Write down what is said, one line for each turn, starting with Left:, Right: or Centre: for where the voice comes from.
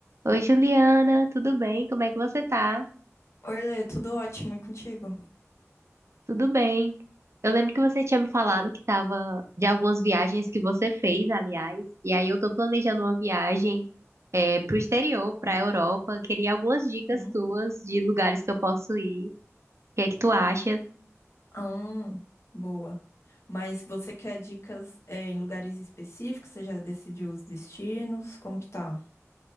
Right: Oi, Juliana, tudo bem? Como é que você tá?
Left: Oi, Lê, tudo ótimo e contigo?
Right: Tudo bem. Eu lembro que você tinha me falado que tava de algumas viagens que você fez, aliás, e aí eu tô planejando uma viagem é, pro exterior, pra Europa. Queria algumas dicas
Left: Hum.
Right: suas de lugares que eu posso ir. O que é que tu acha?
Left: Ah, boa. Mas você quer dicas, é, em lugares específicos? Você já decidiu os destinos? Como que tá?